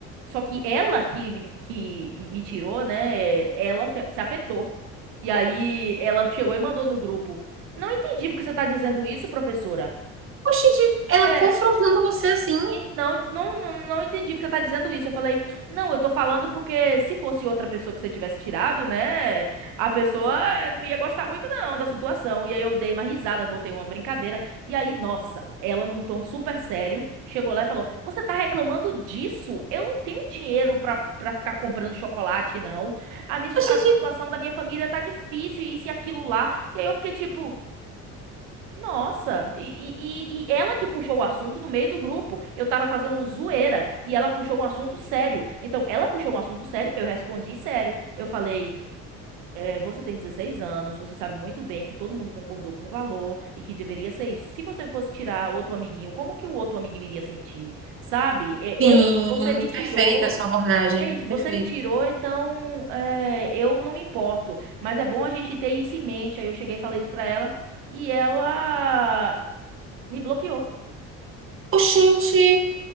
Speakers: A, on the right (about 80°); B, on the right (about 40°).
A: só que ela que, que me tirou, né? é, Ela se, se afetou. E aí ela chegou e mandou no grupo. Não entendi porque você tá dizendo isso, professora.
B: Oxente, ela
A: É,
B: confrontando você assim.
A: e Não, não, não, não entendi porque você tá dizendo isso. Eu falei, não, eu tô falando porque se fosse outra pessoa que você tivesse tirado, né? A pessoa eh, não ia gostar muito, não, da situação. E aí eu dei uma risada, botei uma brincadeira. E aí, nossa, ela num tom super sério, chegou lá e falou: Você tá reclamando disso? Eu não tenho dinheiro pra, pra ficar comprando chocolate, não. A minha, situ-
B: Oxente,
A: a situação da minha família tá difícil, e isso e aquilo lá. E aí eu fiquei tipo. Nossa, e, e, e e ela que puxou o assunto no meio do grupo. Eu tava fazendo zoeira e ela puxou um assunto sério. Então, ela puxou um assunto sério, eu respondi sério. Eu falei: "É, você tem 16 anos, você sabe muito bem que todo mundo concordou com o valor e que deveria ser isso. Se você fosse tirar outro amiguinho, como que o outro amiguinho iria sentir? Sabe? É,
B: sim,
A: Eu, você me tirou.
B: perfeita a sua abordagem.
A: É isso, você
B: Perfeito.
A: me tirou, então é, eu não me importo. Mas é bom a gente ter isso em mente. Aí eu cheguei e falei isso pra ela. E ela me bloqueou.
B: Oxente,